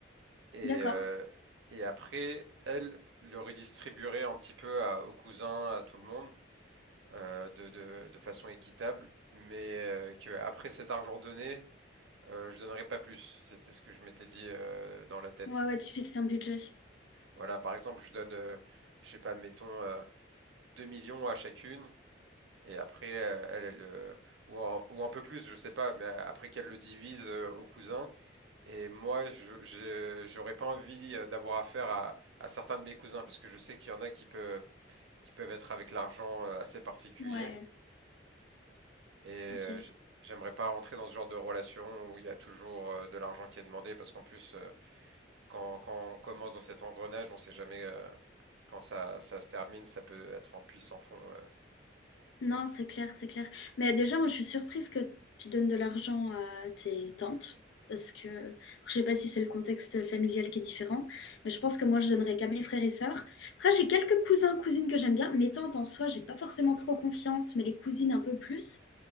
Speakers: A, on the right; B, on the left.
A: Et,
B: D'accord.
A: euh, et après, elle le redistribuerait un petit peu à- aux cousins, à tout le monde, euh, de, de- de façon équitable, mais euh, que après cet argent donné, euh, je donnerais pas plus. C'était ce que je m'étais dit euh, dans la tête.
B: Ouais, ouais, tu fixes un budget.
A: Voilà, par exemple, je donne, euh, je sais pas, mettons euh, 2 millions à chacune, et après, euh, elle, elle, euh, ou, un, ou un peu plus, je sais pas, mais après qu'elle le divise euh, aux cousins, Et moi, je, je- j'aurais pas envie euh, d'avoir affaire à, à certains de mes cousins parce que je sais qu'il y en a qui peuvent, qui peuvent être avec l'argent euh, assez particulier.
B: Ouais,
A: Et euh,
B: ok.
A: je- j'aimerais pas rentrer dans ce genre de relation où il y a toujours euh, de l'argent qui est demandé parce qu'en plus, euh, quand, quand on commence dans cet engrenage, on sait jamais euh, quand ça, ça se termine, ça peut être en puits sans fond. euh.
B: Non, c'est clair, c'est clair. Mais déjà, moi, je suis surprise que tu donnes de l'argent à tes tantes, parce que je sais pas si c'est le contexte familial qui est différent, mais je pense que moi, je donnerais qu'à mes frères et sœurs. Après, j'ai quelques cousins, cousines que j'aime bien. Mes tantes, en soi, j'ai pas forcément trop confiance, mais les cousines un peu plus.